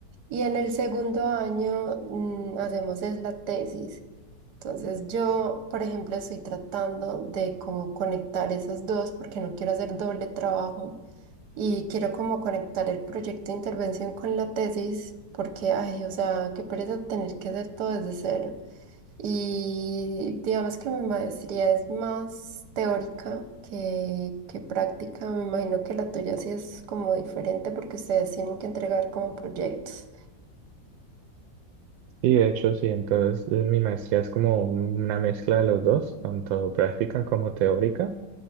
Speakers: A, on the right; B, on the right.
A: Y en el segundo año mm, hacemos es la tesis. Entonces yo, por ejemplo, estoy tratando de cómo conectar esas dos porque no quiero hacer doble trabajo y quiero como conectar el proyecto de intervención con la tesis porque, ay, o sea, qué pereza tener que hacer todo desde cero. Y digamos que mi maestría es más teórica que, que práctica. Me imagino que la tuya sí es como diferente porque ustedes tienen que entregar como proyectos.
B: Y de hecho, sí, entonces eh, mi maestría es como una mezcla de los dos, tanto práctica como teórica.